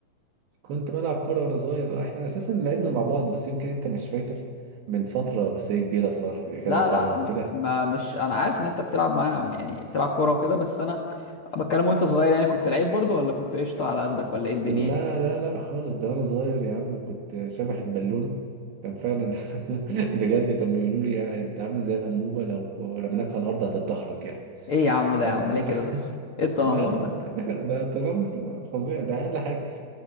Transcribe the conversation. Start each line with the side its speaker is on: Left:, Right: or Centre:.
Right: كنت بلعب كورة وأنا صغير آه، إحنا أساسا لعبنا مع بعض بس يمكن أنت مش فاكر من فترة بس هي كبيرة بصراحة كذا
Left: لا
Right: سنة
Left: لا
Right: وكده
Left: ما ما- مش انا عارف ان انت بتلعب معايا يعني بتلعب كوره وكده بس انا بتكلم وانت صغير يعني كنت لعيب برضو ولا كنت قشطه على قدك ولا ايه الدنيا
Right: لا
Left: يعني؟
Right: لا لا خالص ده وانا صغير يا عم كنت شبه البالون كان فعلا <laughs> بجد كان بيقولوا لي يعني انت عامل زي الانبوبه لو رميناك على الارض هتتدحرج يعني
Left: ايه يا عم
Right: ف
Left: ده يا
Right: <laughs>
Left: عم ليه كده بس ايه التنمر
Right: لا لا
Left: ده
Right: ده, ده تنمر فظيع ده اقل حاجه